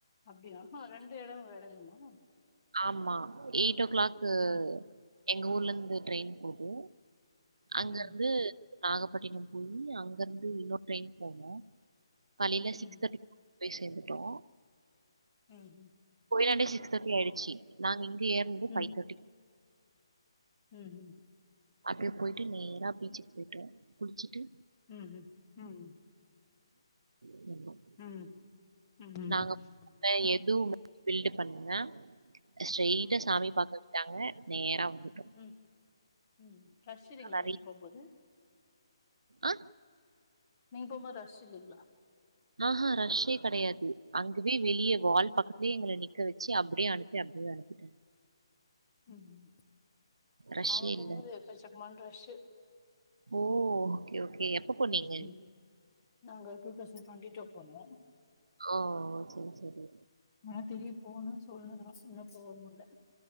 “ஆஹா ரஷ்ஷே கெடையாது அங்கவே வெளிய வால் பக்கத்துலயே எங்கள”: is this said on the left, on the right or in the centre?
Right